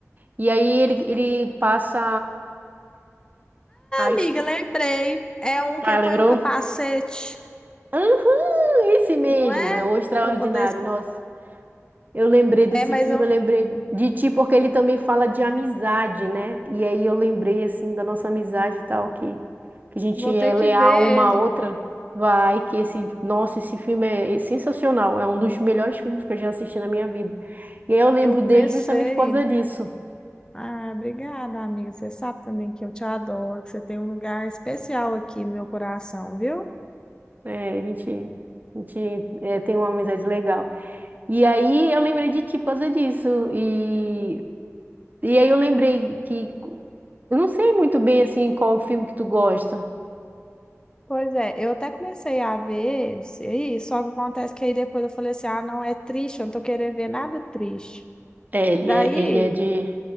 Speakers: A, on the right; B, on the left.
A: e aí ele, ele passa a estu...
B: Amiga, lembrei. É um que
A: Ah,
B: põe
A: lembrou?
B: o capacete,
A: Aham, esse mesmo,
B: não é?
A: é o extraordinário,
B: Para poder esconder.
A: nossa. Eu lembrei desse
B: É, mas
A: filme,
B: eu
A: eu lembrei de ti, porque ele também fala de amizade, né? E aí eu lembrei, assim, da nossa amizade e tal, que, que a gente
B: vou
A: é
B: ter que
A: leal
B: ver
A: uma
B: ele.
A: à outra. Vai, que esse, nossa, esse filme é é sensacional, é um dos melhores filmes que eu já assisti na minha vida. E aí eu lembro
B: Eu comecei.
A: dele justamente por causa disso.
B: Ah, obrigada, amiga. Você sabe também que eu te adoro, que você tem um lugar especial aqui no meu coração, viu?
A: É, a gente, a gente é, tem uma amizade legal. E aí eu lembrei de ti por causa disso. E, e aí eu lembrei que. Eu não sei muito bem, assim, qual o filme que tu gosta.
B: Pois é, eu até comecei a ver esse aí, só que acontece que aí depois eu falei assim: ah, não, é triste, eu não tô querendo ver nada triste.
A: É, ele
B: Daí
A: é, ele é de.